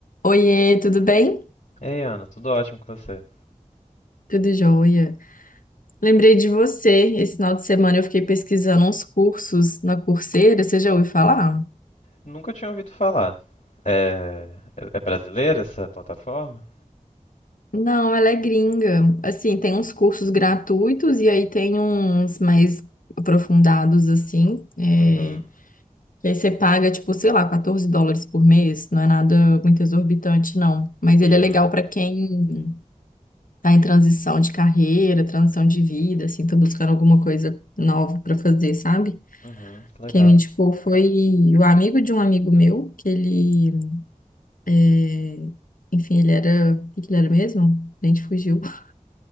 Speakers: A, on the left; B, on the left.
A: Oiê, tudo bem?
B: Ei, Ana, tudo ótimo com você?
A: Tudo jóia. Lembrei de você. Esse final de semana eu fiquei pesquisando uns cursos na Coursera. Você já ouviu falar?
B: Nunca tinha ouvido falar. É, é é brasileira essa plataforma?
A: Não, ela é gringa. Assim, tem uns cursos gratuitos e aí tem uns mais aprofundados, assim. é,
B: Uhum,
A: que aí você paga, tipo, sei lá, 14 dólares por mês. Não é nada muito exorbitante, não. Mas
B: uhum,
A: ele é legal para quem tá em transição de carreira, transição de vida, assim, tá buscando alguma coisa nova para fazer, sabe?
B: uhum, que legal.
A: Quem me indicou foi o amigo de um amigo meu, que ele, é, enfim, ele era, o que que ele era mesmo? A gente fugiu. <laughs>